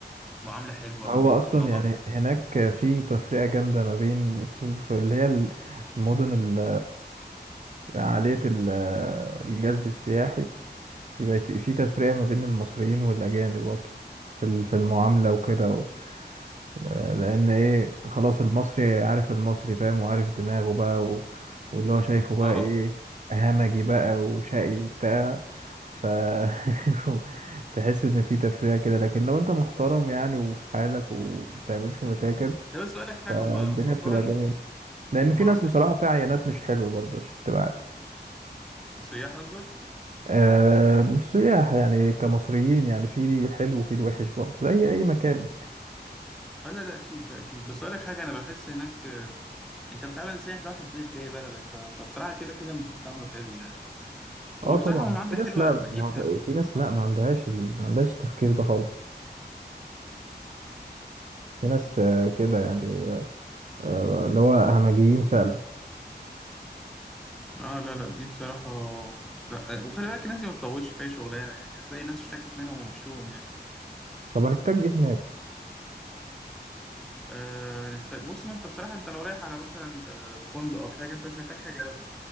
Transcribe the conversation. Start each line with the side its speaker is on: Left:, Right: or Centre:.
Centre: معاملة حلوة
Right: هو
Centre: ون-
Right: اصلا
Centre: ونظافة
Right: يعني هناك في تفرقه جامده ما بين في في اللي هي ال- المدن ال- عاليه ال- الجذب السياحي بيبقى ت- في تفرقه ما بين المصريين والاجانب اصلا في ال- في المعامله وكده و- آه، لان ايه خلاص المصري عارف المصري فاهم وعارف دماغه بقى و- واللي هو شايفه بقى
Centre: اه
Right: ايه همجي بقى وشقي وبتاع ف <laughs> تحس ان في تفرقه كده لكن لو انت محترم يعني وفي حالك ومبتعملش مشاكل
Centre: ده بس أقول لك حاجة
Right: فالدنيا
Centre: ما هو
Right: بتبقى
Centre: طبعا
Right: جميلة لأن في
Centre: معاملة
Right: ناس بصراحة
Centre: السياح
Right: فيها عينات مش حلوة برضه عشان تبقى عارف
Centre: السياح قصدك
Right: آه مش سياح يعني كمصريين يعني في الحلو وفي الوحش برضه زي أي مكان
Centre: اه لا ده أكيد ده أكيد بس أقول لك حاجة أنا بحس هناك آه، أنت بتعامل السياح ده واحد ضيف جاي بلدك ف... فبصراحة كده كده المفروض تعامله حلو يعني
Right: اه
Centre: هو
Right: طبعا
Centre: بصراحة هو معاملة
Right: في ناس
Centre: حلوة
Right: لا
Centre: أكيد
Right: ما هو-
Centre: ه-
Right: في ناس
Centre: اه
Right: لا ما عندهاش ال... ما عندهاش التفكير ده خالص في ناس آه كده يعني آه اللي هو همجيين فعلا
Centre: اه لا لا دي بصراحة لا آه، وخلي بالك الناس دي ما بتطولش في أي شغلانة يعني هتلاقي ناس اشتكت منهم ومشوهم يعني
Right: طب هنحتاج ايه هناك
Centre: آه نحتاج بص ما أنت بصراحة أنت لو رايح على مثلا آه، فندق أو حاجة أنت مش محتاج حاجة